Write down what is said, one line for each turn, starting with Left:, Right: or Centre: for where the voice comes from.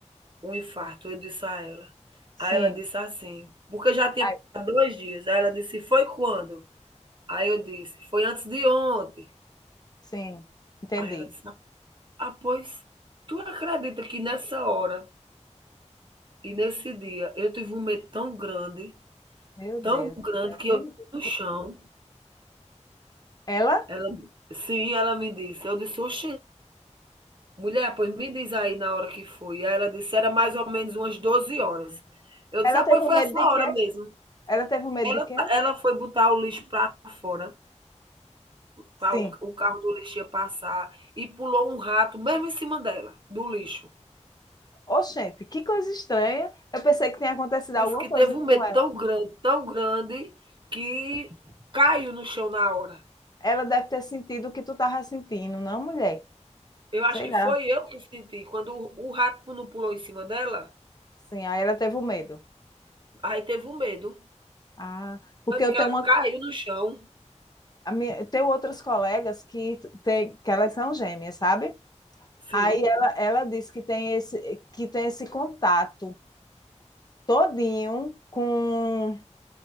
Right: Um infarto, eu disse a ela.
Left: Sim,
Right: Aí ela disse assim, porque já tinha
Left: aí,
Right: passado dois dias. Aí ela disse, foi quando? Aí eu disse, foi antes de ontem.
Left: sim, entendi.
Right: Aí ela disse, ah, pois, tu acredita que nessa hora E nesse dia eu tive um medo tão grande,
Left: Meu
Right: tão
Left: Deus.
Right: grande
Left: do céu,
Right: que
Left: Que,
Right: eu no chão,
Left: que... Ela?
Right: ela sim, ela me disse, eu disse: "Oxe, mulher, pois me diz aí na hora que foi". Aí ela disse: "Era mais ou menos umas doze horas, Eu
Left: Ela
Right: disse: "Ah,
Left: teve
Right: pois
Left: um
Right: foi
Left: medo
Right: a sua
Left: de quê?
Right: hora mesmo".
Left: Ela teve um medo
Right: Ela
Left: de quê?
Right: tá, ela foi botar o lixo para fora,
Left: Sim.
Right: pra o o carro do lixo ia passar e pulou um rato mesmo em cima dela, do lixo.
Left: Oxente, que coisa estranha. Eu pensei que tinha acontecido alguma
Right: Disse que
Left: coisa
Right: teve um
Left: com
Right: medo
Left: ela.
Right: tão grande, tão grande, que caiu no chão na hora.
Left: Ela deve ter sentido o que tu tava sentindo, não, mulher?
Right: Eu acho
Left: Sei
Right: que
Left: lá.
Right: foi eu que senti, quando o o rato não pulou em cima dela,
Left: Sim, aí ela teve o medo.
Right: aí teve um medo,
Left: Ah, porque
Right: tanto
Left: eu
Right: que
Left: tenho
Right: ela
Left: uma
Right: caiu no chão.
Left: a minha- tenho outras colegas que, tem, que elas são gêmeas, sabe?
Right: Sim,
Left: Aí ela, ela disse que tem esse, que tem esse contato todinho com